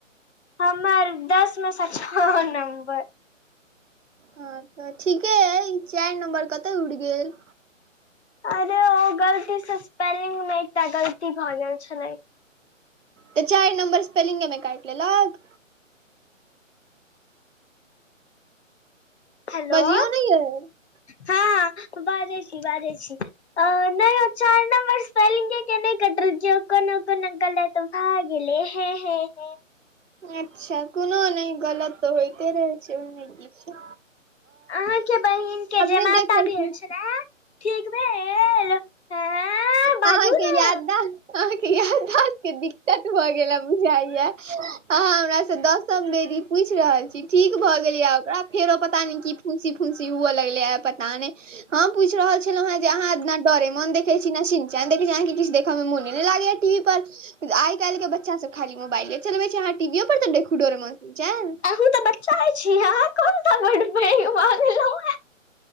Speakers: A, on the left (about 55°); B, on the right (about 70°).
A: हमर दस में सँ छह नम्बर।
B: हँ तऽ ठीके अइ ई चारि नम्बर कत उड़ि गेल।
A: अरे ओ गलती सँ स्पेलिंग में एकटा गलती भऽ गेल छलैय।
B: तऽ चारि नंबर स्पेेलिंगे में काइट लेलक।
A: हेलो।
B: बजियौ ने यै
A: हँ बाजैय छी बाजैय छी। ओ नइ ओ चारि नम्बर स्पेलिंगे के नइ कटल क्यो, कोनो कोनो गलत आय गेले हे हे हे।
B: अच्छा कोनो नहि गलत तऽ होइते रहै छै, ओ मे किछ
A: अहाँके बहिनक के जे
B: नहि
A: माता
B: देखै
A: भेल
B: छी
A: छले ठीक भेल आँ बाजू
B: अहाँके
A: ने
B: यादआस्त अहाँके यादआस्त के त भऽ गेला बुझाइया, अहाँ हमरा से दसम बेरी पूछि रहल छी ठीक भऽ गेले ह, ओकरा फेरो पता न की फूंसी फूंसी हुए लगले ह पता नहि। ह पूछि रहल छलौ हे जे अहाँ एना डोरे मोन देख देखै न देखै <unintelligible> अाँ किु देख हमे मोनी नहि लागे टीवी पर आइ काल्हि के बच्चा सब खाली मोबाइले चलबे छै। अहाँ टीवी पर त देखू डोरेमोन।
A: अहू त बच्चाए छी अहा कोन सा बड़ पइघ भ गेलउ है।